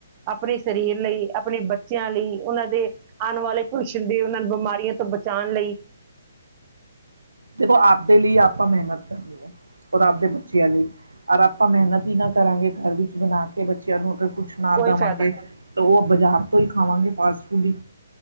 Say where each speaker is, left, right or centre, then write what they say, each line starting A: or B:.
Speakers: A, on the right (about 30°); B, on the right (about 80°).
A: ਆਪਣੇ ਸਰੀਰ ਲਈ ਆਪਣੇ ਬ ਬੱਚਿਆ ਲਈ ਉਹਨਾ ਦੇ ਆਣ ਵਾਲੇ <unintelligible> ਬਿਮਾਰੀਆ ਤੋ ਬ ਜਾਣ ਲਈ।
B: ਦੇਖੋ, ਆਪਦੇ ਲਈ ਆਪਾਂ ਮਿਹਨਤ ਔਰ ਆਪਦੇ ਬੱਚਿਆਂ ਲਈ ਅਰ ਆਪਾਂ ਮਿਹਨਤ ਹੀ ਨਾ, ਕਰਾਂਗੇ ਘਰ ਵਿੱਚ ਬਣਾ ਕੇ ਬੱਚਿਆਂ ਨੂੰ ਅਗਰ ਕੁਛ ਨਾ
A: ਕੋਈ
B: ਦੇਵਾਂਗੇ,
A: ਫਾਇਦਾ ਨਹੀਂ
B: ਤਾਂ ਉਹ ਬਾਜ਼ਾਰ ਤੋਂ ਹੀ ਖਾਵਾਂਗੇ ਫਾਸਟ ਫੂਡ ਹੀ,